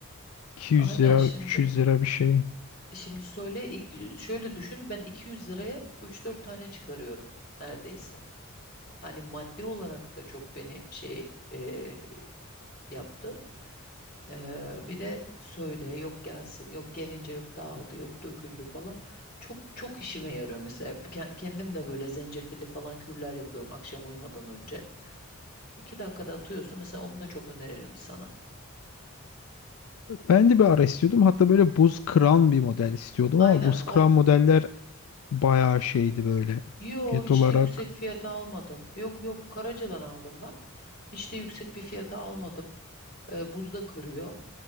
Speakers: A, on the left; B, on the left.
A: 200
B: Aynen
A: lira
B: şimdi.
A: 300 lira bir şey.
B: Şimdi söyle i- şöyle düşün ben 200 liraya 3-4 tane çıkarıyorum neredeyse. Hani maddi olarak da çok beni şey e, yaptı. Eee, bir de söyle yok gelsin yok gelince yok dağıldı yok döküldü falan. Çok çok işime yarıyor mesela. Ke- Kendim de böyle zencefilli falan kürler yapıyorum akşam uyumadan önce. İki dakikada atıyorsun mesela onu da çok öneririm sana.
A: Ben de bir ara istiyordum. Hatta böyle buz kıran bir model istiyordum
B: Aynen
A: ama buz kıran
B: o.
A: modeller bayağı şeydi böyle.
B: Yo
A: Fiyat
B: hiç
A: olarak
B: de yüksek fiyata almadım. Yok yok Karaca'dan aldım ben. Hiç de yüksek bir fiyata almadım. Eee buzda kırıyor.